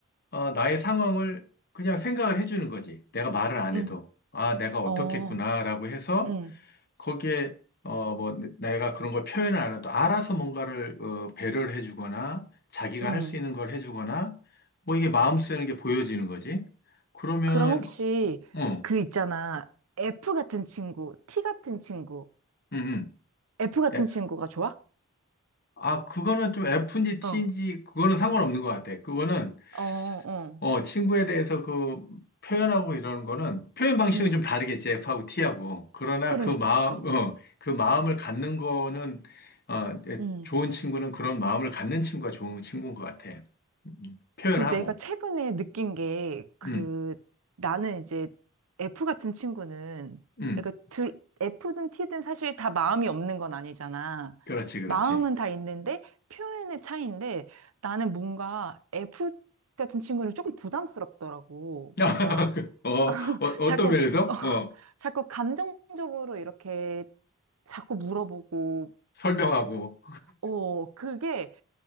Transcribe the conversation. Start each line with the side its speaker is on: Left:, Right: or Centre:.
Left: 어, 나의 상황을 그냥 생각을 해주는 거지. 내가 말을 안
Right: 음,
Left: 해도. 아, 내가 어떻겠구나라고
Right: 어,
Left: 해서
Right: 음,
Left: 거기에 어 뭐 내가 그런 걸 표현을 안 해도 알아서 뭔가를 어, 배려를 해주거나 자기가
Right: 음.
Left: 할 수 있는 걸 해주거나 뭐 이게 마음 쓰는 게 보여지는 거지. 그러면은
Right: 그럼 혹시
Left: 응,
Right: 그 있잖아. F 같은 친구, T 같은 친구,
Left: 응, 응.
Right: F 같은
Left: 예.
Right: 친구가 좋아?
Left: 아 그거는 좀 F인지 T인지
Right: 어,
Left: 그거는 상관없는 것 같아. 그거는
Right: 어, 어,
Left: 어, 친구에 대해서 그 표현하고 이러는 거는 표현 방식은
Right: 음,
Left: 좀 다르겠지, F하고 T하고. 그러나
Right: 그러니까.
Left: 그 마음, 어, 그 마음을 갖는 거는, 어,
Right: 음.
Left: 좋은 친구는 그런 마음을 갖는 친구가 좋은 친구인 것 같아. 음, 표현하고.
Right: 그 내가 최근에 느낀 게 그
Left: 음,
Right: 나는 이제 F 같은 친구는
Left: 음,
Right: 그러니까 들, F든 T든 사실 다 마음이 없는 건 아니잖아.
Left: 그렇지, 그렇지.
Right: 마음은 다 있는데 표현의 차이인데 나는 뭔가 F 같은 친구는 조금 부담스럽더라고.
Left: <laughs>
Right: 뭔가
Left: 어, 어, 어떤
Right: 자꾸
Left: 면에서?
Right: <laughs> 어,
Left: 어,
Right: 자꾸 감정적으로 이렇게 자꾸 물어보고
Left: 설명하고.
Right: 어 그게